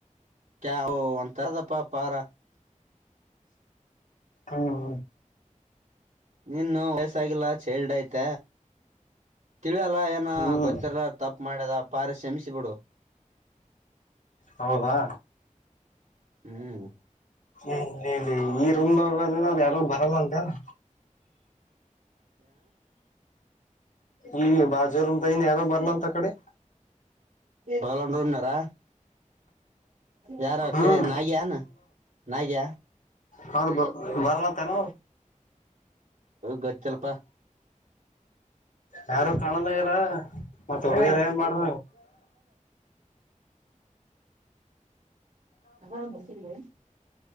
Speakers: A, on the right; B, on the left.
A: ಕ ಒ ತರದಪ್ಪ ಪಾರ
B: ಹ್ಮ ಹ್ಮ
A: ನೀನು ವಯಸ್ಸಾಗಿಲ್ಲ ಚೇಲ್ಡ್ಯತ ತಿಳಿಯಲ್ಲ ಏನ
B: ಹ್ಮ್
A: ಗೊತ್ತಿರ ತಪ್ ಮಾಡ್ಯದ ಪಾರ ಶಮಿಸಿಬಿಡು
B: ಹೌದಾ
A: ಹ್ಮ್
B: ಇ ಇಲ್ಲ ಇಲ್ಲ ಈ ರೂಮ ಯಾರು ಬರಲ್ಲ ಅಂತೆೇನ ಈ ಬಾಜು ರೂಮ್ ದಾಗಿನ್ ಯಾರೋ ಬರ್ಲ ಅಂತ ಆಕಡಿ
A: ಬಲನಾರಾ ಯಾರ
B: ಹ್ಮ್
A: ನಿಯಾನ ನಿಯ
B: ಹೌದು ಬರಲ ತನ
A: ಗೊತ್ತಿಲ್ಪ
B: ಯಾರು ಕಾಣಲ್ಲಗಾರ ಮತ್ತೆ ಹೋಗರ ಏನ್ ಮಾಡ್ರ
A: ಹ ಹೇಳ